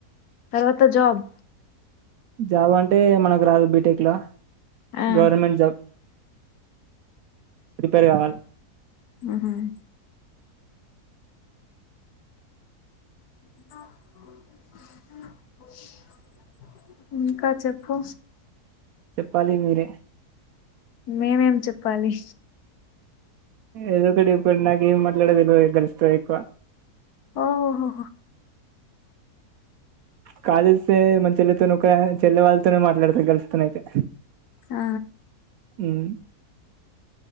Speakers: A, on the left; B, on the right.
A: తర్వాత జాబ్
B: జాబ్ అంటే మనకు రాదు బీటెక్ ల
A: ఆ
B: గవర్నమెంట్ జాబ్ ప్రీపేరు కావాలి
A: ఉహుమ్ <unintelligible> ఇంకా చెపు
B: చెప్పాలి మీరే
A: మేమేం చెప్పాలి
B: ఏదో ఒకటి చెప్పండి నాకు ఏం మాట్లాడలో తేలవదు గాల్స్‌ తో ఎక్కువ
A: ఓహో
B: కాల్ చేస్తే మన చెల్లెతోనే చెల్లె వాళ్ళతోనే మాట్లాడతారు గాల్స్ తో నఅయితే
A: ఆ
B: ఉమ్